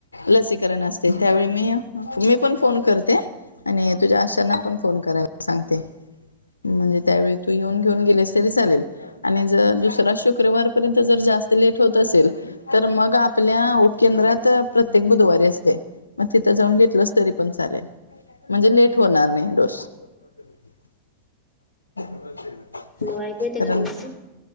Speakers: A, on the left; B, in the centre.
A: लसीकरण असते, त्यावेळी मी-मी पण फोन करते. आणि तुझ्या आशांना पण फोन करायला सांगते. म्हणजे त्यावेळी तू येऊन घेऊन गेलीस तरी चालेल. आणि जर दुसरा शुक्रवारपर्यंत जर जास्त लेट होत असेल तर मग आपल्या उपकेंद्रात प्रत्येक बुधवारी असते. मग तिथं जाऊन घेतलेस तरी पण चालेल म्हणजे लेट होणार नाही डोस. <unintelligible>
B: तुला ऐकू येतंय
A: कारण
B: का ग व्यवस्थित?